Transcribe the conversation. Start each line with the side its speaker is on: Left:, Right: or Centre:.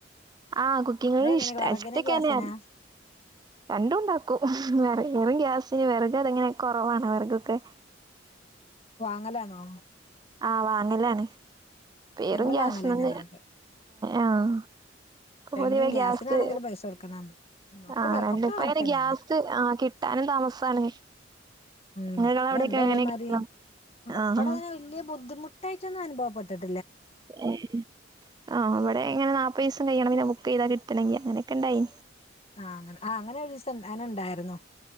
Right: ആഹ് കുക്കിങ്ങില്
Left: നിങ്ങളെങ്ങനെ
Right: ഇഷ്ട
Left: വിറകിനാ
Right: ഇഷ്ടക്കെന്ന
Left: ഗ്യാസിനാ
Right: രണ്ടും ഉണ്ടാക്കും വെറകും ഗ്യാസ് വെറക് അതെങ്ങനെയ കൊറവാണ്. വെറുഗൊക്കെ
Left: വാങ്ങലാണോ
Right: ആഹ് വാങ്ങലാണ് പേറും
Left: ഞങ്ങള്
Right: ഗ്യാസ്മന്ന്
Left: വാങ്ങലന്നെ വിറക്
Right: ആഹ്. <unintelligible>
Left: രണ്ടും ഗ്യാസിനാണെങ്കിലും
Right: ഗ്യാസ്
Left: പൈസ കൊടുക്കണം ഒക്കെ
Right: ആ രണ്ട്
Left: ഒക്കെ
Right: ഇപ്പ
Left: കണക്കന്നെയാണ്
Right: അങ്ങനെ ഗ്യാസ് ആ കിട്ടാനും താമസാണ്
Left: ഉം
Right: നിങ്ങളെ
Left: വടെ
Right: അവിടെയൊക്കെ
Left: രണ്ടും ഒരേ
Right: എങ്ങനെ
Left: മാരി
Right: കിട്ടാ?
Left: ഇവിടെങ്ങെ
Right: ആഹ്
Left: വല്ല്യ ബുദ്ധിമുട്ടായിട്ട് ഒന്നും അനുഭവപ്പെട്ടിട്ടി
Right: ഏയ് അവടെ ഇങ്ങനെ നാപ്പയീസം <unintelligible> അങ്ങനെയൊക്കെ ഇണ്ടായി
Left: ആ അങ്ങനെ അങ്ങനെ ഒരു സാധനം ഉണ്ടായിരുന്നു